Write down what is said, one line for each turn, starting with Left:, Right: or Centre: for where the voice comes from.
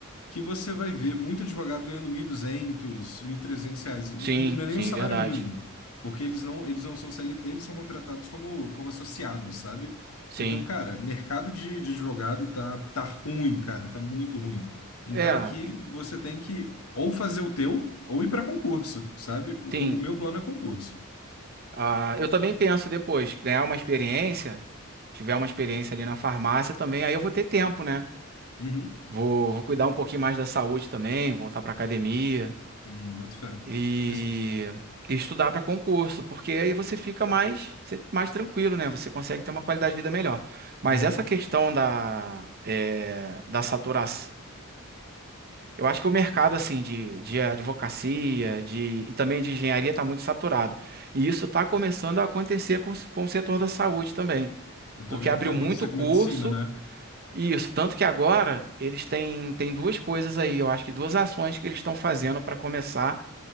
Left: que você vai ver muito advogado ganhando 1.200, trezentos reais. N-
Right: Sim,
Left: Não é
Right: sim,
Left: nem o salário
Right: verdade.
Left: mínimo, porque eles não, eles não são CLT, eles são contratados como, como associados, sabe?
Right: Sim.
Left: Então, cara, mercado de, de advogado tá, tá ruim, cara, tá muito ruim. Então
Right: É,
Left: aqui você tem que ou fazer o teu ou ir para concurso, sabe? O,
Right: tem.
Left: o meu plano é concurso.
Right: Ah, eu também penso depois, ganhar uma experiência, tiver uma experiência ali na farmácia também, aí eu vou ter tempo, né?
Left: Uhum.
Right: Vou, vou cuidar um pouquinho mais da saúde também, voltar pra academia
Left: Hum, boto fé.
Right: e,
Left: Mas,
Right: e estudar para concurso, porque aí você fica mais, você- mais tranquilo, né? Você consegue ter uma qualidade de vida melhor. Mas
Left: uhum.
Right: essa questão da, é, da saturação, Eu acho que o mercado assim de, de advocacia, de e também de engenharia está muito saturado. E isso está começando a acontecer com, s- com o setor da saúde também,
Left: Eu tô
Right: porque
Left: vendo
Right: abriu
Left: o que vai acontecer
Right: muito curso
Left: com medicina, né?
Right: e isso, tanto que agora eles têm, têm duas coisas aí, eu acho que duas ações que eles estão fazendo para começar